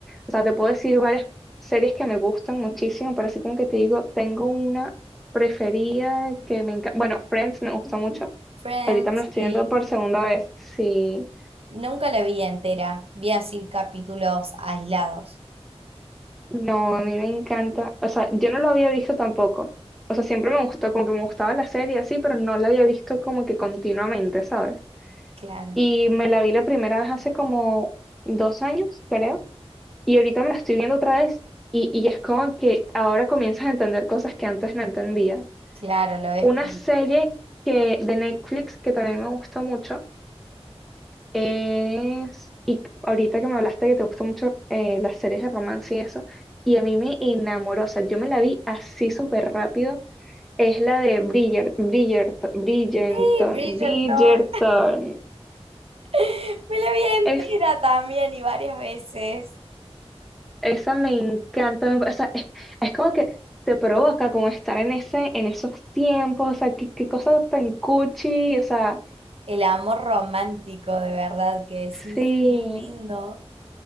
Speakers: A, in the centre; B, on the right.
A: O sea, te puedo decir varias series que me gustan muchísimo, pero así como que te digo, tengo una preferida que me encanta. Bueno, Friends me gusta mucho.
B: Friends
A: Ahorita me lo estoy
B: y...
A: viendo por segunda vez. Sí,
B: Nunca la vi entera. Vi así capítulos aislados.
A: no, a mí me encanta. O sea, yo no lo había visto tampoco. O sea, siempre me gustó, como que me gustaba la serie así, pero no la había visto como que continuamente, ¿sabes?
B: Claro,
A: Y me la vi la primera vez hace como dos años, creo. Y ahorita me la estoy viendo otra vez y, y es como que ahora comienzas a entender cosas que antes no entendías.
B: claro, lo ves
A: Una
B: como...
A: serie que, de Netflix que también me gusta mucho es, y ahorita que me hablaste que te gustan mucho eh, las series de romance y eso, y a mí me enamoró, o sea, yo me la vi así súper rápido, es la de Bridger, Bridgerton, Bridgerton,
B: ¡Sí, Bridgerton!
A: Bridgerton.
B: <laughs> Me la vi
A: Es
B: entera también y varias veces.
A: esa me encanta, me- o sea, es, es como que te provoca como estar en ese, en esos tiempos, o sea, qué, qué cosa tan cuchi, o sea,
B: El amor romántico, de verdad, que decís,
A: sí.
B: qué lindo.